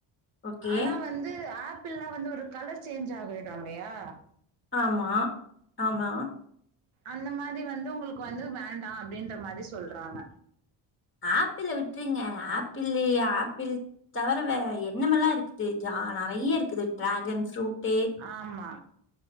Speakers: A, on the left; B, on the right.
A: ஓகே
B: ஆனா வந்து ஆப் ஆப்பள் எல்லா வந்து ஒரு கலர் சேஞ்ச் ஆகிடு இல்லையா
A: ஆமா ஆமா
B: அந்த மாதிரி வந்து உங்களுக்கு வந்து வேண்டா அப்டின்ற மாரி சொல்றாங்க
A: ஆப்பிள்ள விட்டுருங்க ஆப்பிள்லு ஆப்பிள் தவற வே எண்ணமெல்லா இருக்குது ஜ நெறைய இருக்குது டிராகன் ஃப்ரூட்டு
B: ஆமா